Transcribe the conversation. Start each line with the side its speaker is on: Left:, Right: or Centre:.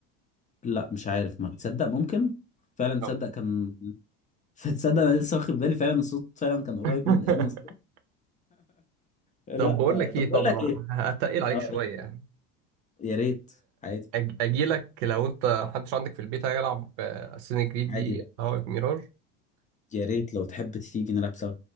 Left: لا مش عارف ما تصدق ممكن فعلا تصدق
Right: أو-
Left: كان <laughs> تصدق انا لسه واخد بالي فعلا الصوت فعلا كان قريب
Right: <laughs>
Left: من اياد نصار لا
Right: طب بقول
Left: آه.
Right: لك
Left: طب
Right: ايه
Left: بقول
Right: طبعا
Left: لك ايه
Right: هتقل عليك
Left: آه.
Right: شويه يعني
Left: يا ريت عادي
Right: اجي لك لو انت محدش عندك في البيت هيلعب اساسن كريد
Left: عادي
Right: دي
Left: لا.
Right: هواك ميراج
Left: يا ريت لو تحب تيجي نلعب سوا